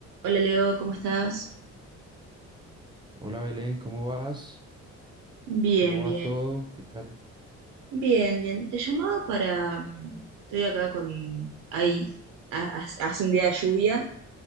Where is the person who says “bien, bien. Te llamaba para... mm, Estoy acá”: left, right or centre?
Right